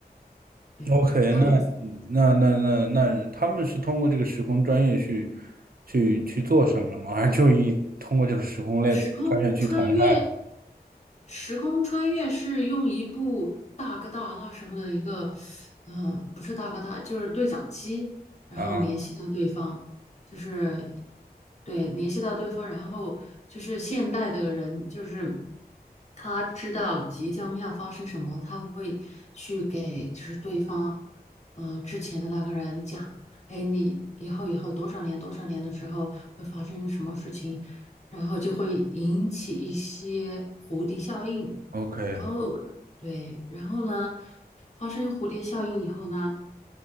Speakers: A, on the left (about 45°); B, on the right (about 65°).
A: 对，
B: OK，
A: 他每
B: 那那那那那，他们是通过这个时空穿越去去去做什么了吗？还是就一通过这个时空类穿越去谈爱
A: 时空穿越，时空穿越是用一部大哥大那时候的一个，嗯、不是大哥大，就是对讲机，然后联系到对方，
B: 啊
A: 就是对联系到对方，然后就是现代的人，就是他知道即将要发生什么，他会去给就是对方，嗯、之前的那个人讲，哎，你以后以后多少年多少年的时候会发生什么事情。然后就会引起一些蝴蝶效应，
B: ？OK，
A: 然后 OK，对，然后呢，发生蝴蝶效应以后呢，